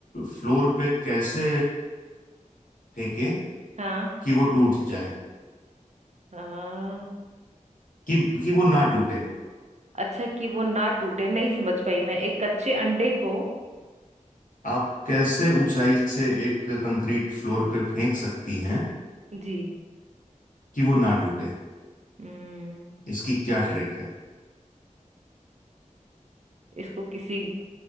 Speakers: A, on the left; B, on the right.
A: फ्लोर पे कैसे फेंकें
B: हाँ
A: कि वो टूट जाए
B: हाँ
A: कि कि वो ना टूटे
B: अच्छा कि वो ना टूटे नहीं समझ पाई मैं एक कच्चे अंडे को
A: आप कैसे ऊंचाई से एक कंक्रीट फ्लोर पे फेंक सकती हैं
B: जी
A: कि वो ना टूटे
B: हम्म
A: इसकी क्या ट्रिक है
B: इसको किसी